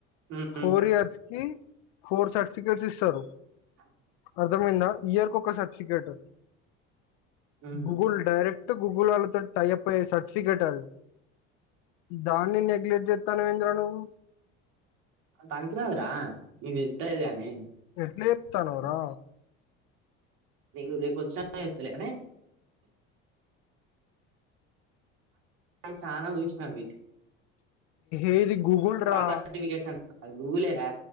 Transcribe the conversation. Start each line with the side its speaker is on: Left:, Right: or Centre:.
Right: ఉమ్,
Left: ఫోర్ ఇయర్స్ ఫోర్ సర్టిఫికేట్స్ ఇస్తారు
Right: అవ్
Left: అర్థమైంద ఇయర్కి ఒక్క ఒక్కో సర్టిఫికేట్
Right: ఉమ్,
Left: గూగుల్ డైరెక్ట్ టు గుూగుల్ వాళ్ళతో టైప్ అయ్యే సర్టిఫికెట్ అది దాన్ని నెగ్లెక్ట్ చేస్తానుేంద్ర నువ్వు
Right: అది పనికిరాదు రా. వీళ్ళు ఇస్తాలేరు గానీ
Left: ఎట్లే చెప్ త్తెనవ్ రా
Right: నీకు రేపు వచ్చిన తెలుత్తా లే అని అ చాలనా చూసిన ఇవి
Left: ఈది గూగుల్రా
Right: సర్టిఫికేట్స్ అంట అది గూగులే రా